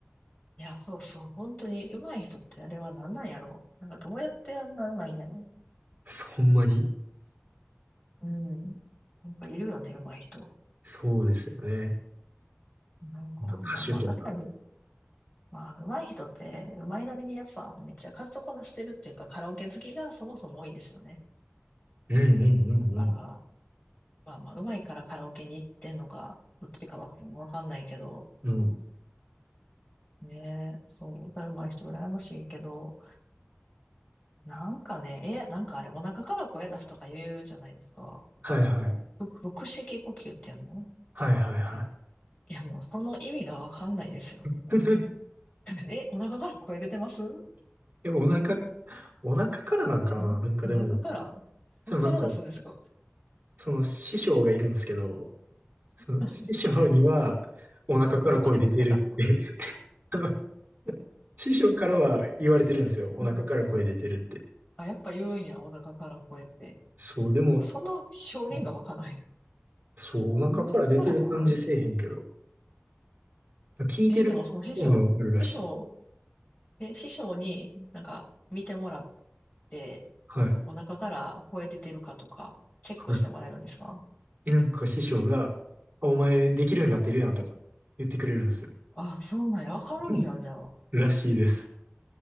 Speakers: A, on the left; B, on the right.
A: いや、そうそう。本当に上手い人ってあれは何なんやろ。なんかどうやってあんな上手いんやろ。
B: そう、ほんまに。
A: うん。なんかいるよね、上手い人。
B: そうですよね。
A: なんか、
B: なんか歌手とか。
A: まあまあ確かに、まあ上手い人って上手いなりにやっぱめっちゃ数こなしてるっていうかカラオケ好きがそもそも多いですよね。
B: うんうんうん
A: だから、まあまあ上手いからカラオケに行ってんのか、どっちかわかんわかんないけど、
B: うん。うん。
A: ねえ、そう、歌うまい人羨ましいけど、なんかね、え、なんかあれ、お腹から声出すとか言うじゃないですか。
B: はいはい。
A: ふ腹式呼吸っていうの
B: はいはいは
A: いや、もうその意味がわかんないですよ。
B: い。
A: もう <laughs> え、お腹から声出てます
B: <laughs> え、お腹、お腹からなんかななんかでも、
A: お、お腹から、
B: でもなんか、
A: どっから出すんですか
B: その師匠がいるんですけど、その師匠にはお腹から声出てるって
A: <laughs> どこで見つけた、
B: <laughs> あの師匠からは言われてるんですよ。お腹から声出てるって。
A: うんあ、やっぱ言うんや、お腹から声って。
B: そう、でも、
A: でもその表現がわからない。
B: うんそう、お腹から出てる感じせえへんけど、
A: お腹から声
B: 聞いてる方がわかるらしい。
A: え、でもその師匠、師匠、え、師匠になんか見てもらって、
B: はい。
A: お腹から声出てるかとか、チェックしてもらえるんですか
B: はい。え、なんか師匠が、あ、お前できるようになってるやんとか言ってくれるんですよ。
A: うんうんあ、そうなんや。わかるんや、
B: <laughs>
A: じゃあ。
B: らしいです。